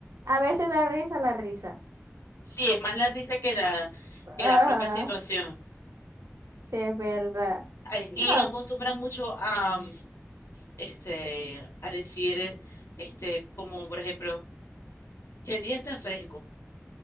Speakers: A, on the right; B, on the left.
A: A veces da risa la risa.
B: Sí, es más la risa que la, que
A: Ajá,
B: la propia situación.
A: sí, es verdad.
B: Aquí
A: No.
B: acostumbran mucho a, mm, este, a decir, este, como por ejemplo, el día está fresco.